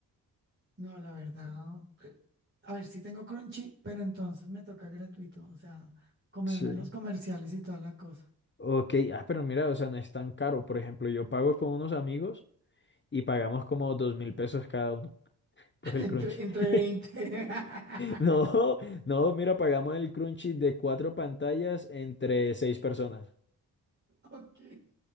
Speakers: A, on the right (about 25°); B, on the left (about 25°).
A: No, la verdad. A ver, sí tengo Crunchy, pero entonces me toca gratuito, o sea, comerme
B: Sí.
A: los comerciales y toda la cosa.
B: Ok, ah, pero mira, o sea, no es tan caro. Por ejemplo, yo pago con unos amigos y pagamos como dos mil pesos cada uno por
A: <laughs> Entre,
B: el Crunchy.
A: entre
B: <laughs>
A: 20.
B: No,
A: <laughs>
B: no, mira, pagamos el Crunchy de cuatro pantallas entre seis personas. <laughs>
A: Ok. <laughs>